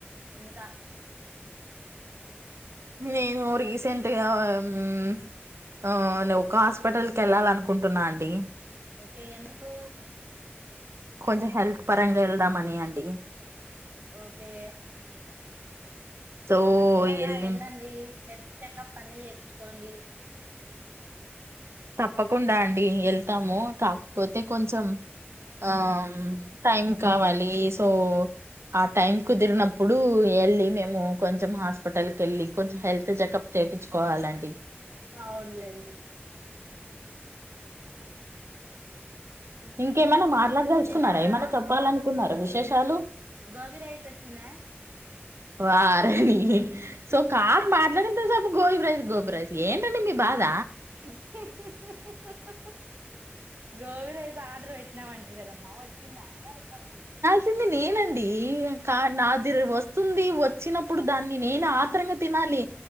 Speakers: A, on the right (about 60°); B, on the right (about 85°).
A: వింద
B: మేము రీసెంట్ గా మ్మ్మ్ ఆ ఒకాస్ స్పిటల్ కెళ్ళాలి అనుకుంటున్న అండి
A: ఏ ఎందుకు
B: కొంచెం హెల్త్ పరంగా ఎళ్దామని అండి
A: ఓకే
B: సో
A: మంచిదేగా
B: వెళ్ళి
A: ఎళ్ళండి హెల్త్ చెకప్ అన్ని ప్పిచుకోండి
B: తప్పకుండా అండి ఎళ్తాము కాకపోతే కొంచెం ఆ టైం కావాలి సో ఆ టైం కుదిరినప్పుడు ఎల్లి మేము కొంచెం హాస్పిటల్ కెళ్ళి కొంచెం హెల్త్ చెకప్ చేప్పిచ్చ్కోవాలండి
A: అవునులేండి ఉమ్
B: ఇంకేమనా మాట్లాడదలుచుకున్నారా
A: తిన్నారా
B: ఏమనా చెప్పాలనుకున్నారా విశేషాలు
A: గోబీ రైస్ వచ్చిందా
B: వారిని సో కాల్ మాట్లాడినంత సేపు గోబి రైస్ గోబి రైస్ ఏంటండి మీ బాధ
A: హుహుః హుహుః గోబీ రైస్ ఆర్డర్ పెట్టినమ్మంటిరి కదమ్మా వచ్చిందా అని అడుగుతన
B: పెట్టింది నేనండి క నా దిర్ వస్తుంది వచ్చినప్పుడు దాన్ని నేను ఆత్రంగా తినాలి